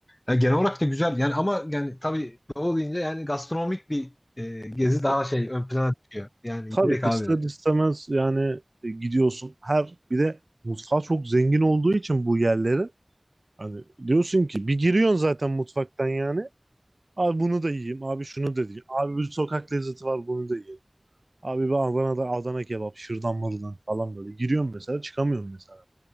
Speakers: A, on the left (about 40°); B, on the right (about 60°).
A: Yani genel olarak da güzel yani ama yani tabii doğu deyince yani gastronomik bir e, gezi daha
B: Ya,
A: şey ön plana çıkıyor. Yani
B: tabii
A: yemek
B: ister
A: abi.
B: istemez yani e, gidiyorsun. Her bir de mutfağı çok zengin olduğu için bu yerlerin. Hani diyorsun ki bir giriyorsun zaten mutfaktan yani. Abi bunu da yiyeyim. Abi şunu da yiyeyim. Abi bir sokak lezzeti var bunu da yiyeyim. Abi ben Adana'da Adana kebap şırdan mırdan falan böyle. Giriyorum mesela çıkamıyorum mesela.